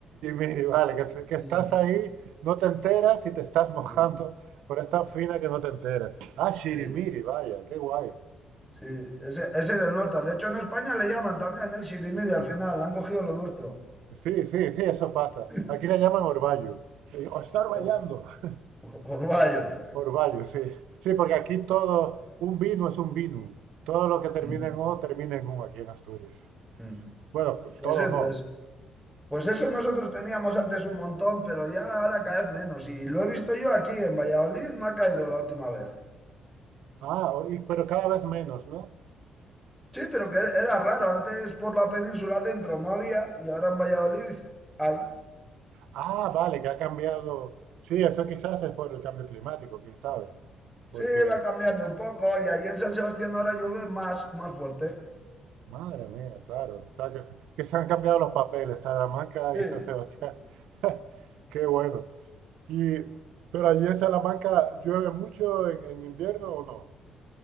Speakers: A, on the right; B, in the centre.
A: miri vale, que, te- que estás
B: Mm,
A: ahí, no te enteras y te estás mojando,
B: mm,
A: pero es tan fina que no te enteras. Ah, Sirimiri,
B: Sí,
A: vaya, qué guay.
B: sí, ese, ese es el norte. De hecho, en España le llaman también, ¿eh? Shirimiri al final, han cogido lo nuestro.
A: Sí, sí, sí, eso pasa.
B: <laughs>
A: Aquí le llaman orvallo. Eh, O está orvallando.
B: O-
A: <laughs>
B: o- Orvallo.
A: Orvallo, sí. Sí, porque aquí todo, un vino es un vino. Todo lo que termina
B: Mm,
A: en O termina en U aquí en Asturias.
B: mm.
A: Bueno,
B: Pues
A: todo
B: sí,
A: no.
B: pues. Pues eso nosotros teníamos antes un montón, pero ya ahora cada vez menos. Y lo he visto yo aquí en Valladolid, me ha caído la última vez.
A: Ah, o- y- pero cada vez menos, ¿no?
B: Sí, pero que era raro. Antes por la península dentro no había y ahora en Valladolid hay.
A: Ah, vale, que ha cambiado. Sí, eso quizás es por el cambio climático, quién sabe. Porque,
B: Sí, va cambiando un poco y allí en San Sebastián ahora llueve más, más fuerte.
A: madre mía, claro. O sea, que, se- que se han cambiado los papeles, Salamanca
B: Sí.
A: y San Sebastián. <laughs> Qué bueno. Y, pero allí en Salamanca llueve mucho en, en invierno o no?